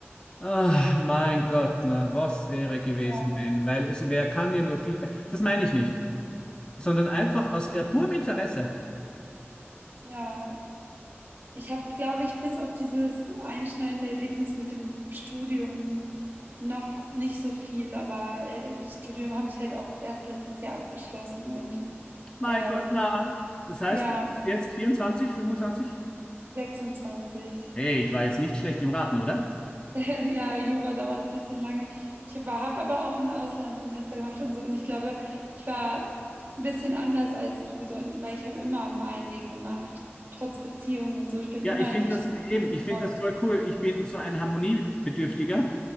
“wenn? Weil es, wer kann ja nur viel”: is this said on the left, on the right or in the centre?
Left